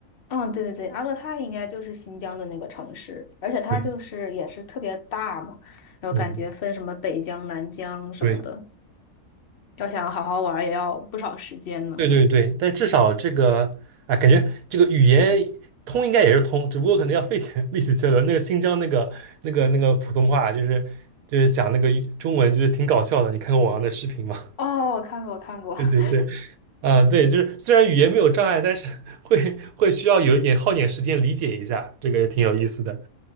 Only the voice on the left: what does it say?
嗯，对对对，阿勒泰应该就是新疆的那个城市，而且它就是也是特别大嘛，
然后感觉分什么北疆、
南疆什么的，
要想好好玩儿也要不少时间呢。
哦，我看过，我看过。
<laughs>